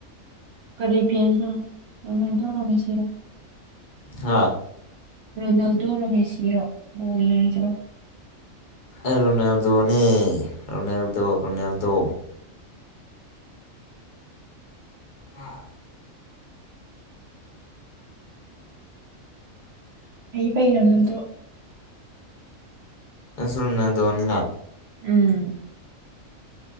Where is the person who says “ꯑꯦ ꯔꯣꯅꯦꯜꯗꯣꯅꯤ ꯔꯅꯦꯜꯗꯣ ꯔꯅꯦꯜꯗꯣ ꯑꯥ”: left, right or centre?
Left